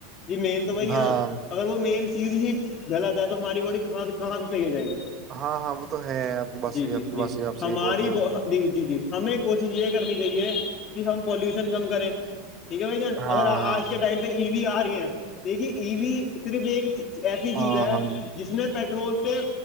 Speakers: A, on the left (about 25°); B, on the right (about 25°).
A: جی مین تو وہی
B: ہاں
A: ہے نا اگر وہ مین چیز ہی غلط ہے تو ہماری باڈی کہاں سے کہاں سے صحیح ہو جائے گی
B: ہاں ہاں وہ تو ہے آپ کی بس
A: جی
B: سے ہی
A: جی
B: آپ کی بات ہی آپ
A: ہماری
B: سے ہی بول رہے ہو
A: جی جی جی جی ہمیں کوشش یہ کرنی چاہیے کہ ہم پولوشن کم کریں ٹھیک ہے بھائی جان
B: ہاں
A: اگر آج
B: ہاں
A: کے ٹائم پہ ای وی آ رہی ہیں ٹیکے ای وی صرف ایک ایسی
B: ہاں
A: چیز ہے
B: ہاں جی
A: جس نے پیٹرول سے